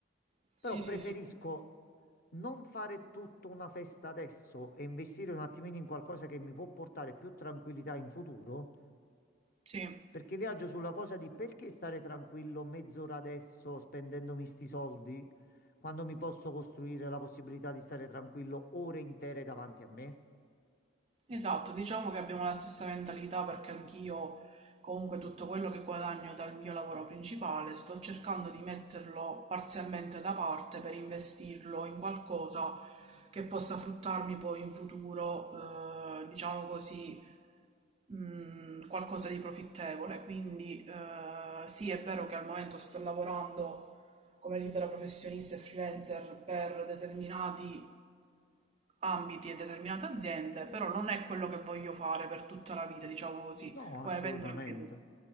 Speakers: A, on the right (about 30°); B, on the left (about 45°).
A: sì,
B: Però preferisco
A: sì, sì,
B: non fare tutta una festa adesso e investire un attimino in qualcosa che mi può portare più tranquillità in futuro,
A: sì.
B: perché viaggio sulla cosa di perché stare tranquillo mezz'ora adesso spendendomi sti soldi quando mi posso costruire la possibilità di stare tranquillo ore intere davanti a me?
A: Esatto, diciamo che abbiamo la stessa mentalità perché anch'io comunque tutto quello che guadagno dal mio lavoro principale sto cercando di metterlo parzialmente da parte per investirlo in qualcosa che possa fruttarmi poi in futuro, eh, diciamo così, mh, qualcosa di profittevole. Quindi eh, sì, è vero che al momento sto lavorando come libera professionista e freelancer per determinati ambiti e determinate aziende, però non è quello che voglio fare per tutta la vita, diciamo così,
B: No,
A: come
B: assolutamente.
A: penso anche tu.